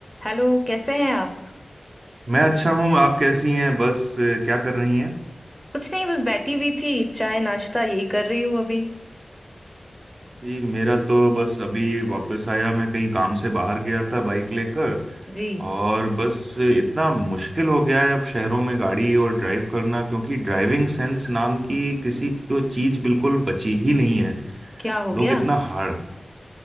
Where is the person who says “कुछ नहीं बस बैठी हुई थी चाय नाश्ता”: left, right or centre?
Centre